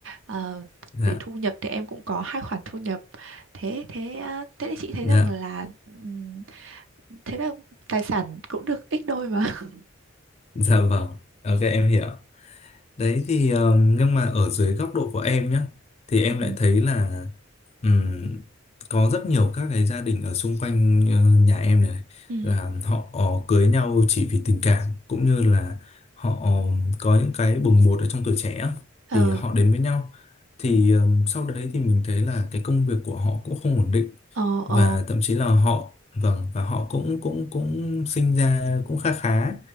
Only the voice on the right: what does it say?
Ờ,
về thu nhập thì em cũng có hai khoản thu nhập thế thế ờ, thế thì chị thấy
rằng là ừm, thế là tài sản cũng được ít đôi mà <laughs>
Ừ.
ừ
ờ
ờ
ờ